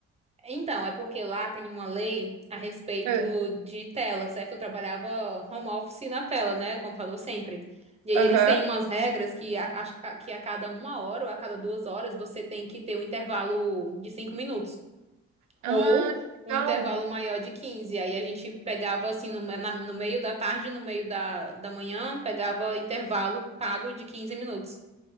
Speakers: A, on the right; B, on the right.
A: Então, é porque lá tem uma lei a respeito
B: Ah,
A: de tela, certo? Eu trabalhava home office na tela, né? Computador sempre. E aí
B: Aham.
A: eles têm umas regras que a, acho que a cada uma hora ou a cada duas horas você tem que ter um intervalo de cinco minutos.
B: Ah,
A: Ou
B: que
A: um
B: legal.
A: intervalo maior de 15. Aí a gente pegava assim no, me- na- no meio da tarde, no meio da, da manhã, pegava intervalo pago de 15 minutos.